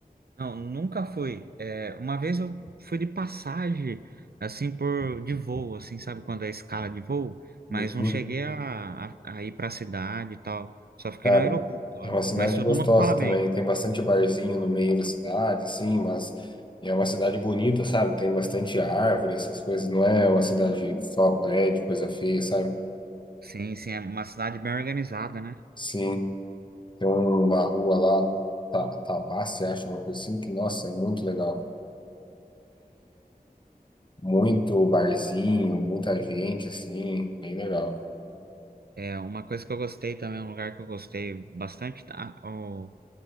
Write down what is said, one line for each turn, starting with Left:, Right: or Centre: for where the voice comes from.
Right: Não, nunca fui. É, uma vez eu fui de passagem, assim, por de voo, assim, sabe quando é escala de voo? Mas
Left: Uhum.
Right: não cheguei a, a, a ir para a cidade e tal. Só fiquei
Left: Cara,
Right: no aeroporto lá.
Left: é uma cidade
Right: Mas todo
Left: gostosa
Right: mundo fala
Left: também.
Right: bem.
Left: Tem bastante barzinho no meio da cidade, sim, mas é uma cidade bonita, sabe? Tem bastante árvore, essas coisas. Não é uma cidade só prédio, coisa feia, sabe?
Right: Sim, sim, é uma cidade bem organizada, né?
Left: Sim, tem uma rua lá, Ta- Tauácia, acho, uma coisa assim, que, nossa, é muito legal, cara. Muito barzinho, muita gente, assim, bem legal, cara.
Right: É uma coisa que eu gostei também, um lugar que eu gostei bastante. Tá? O,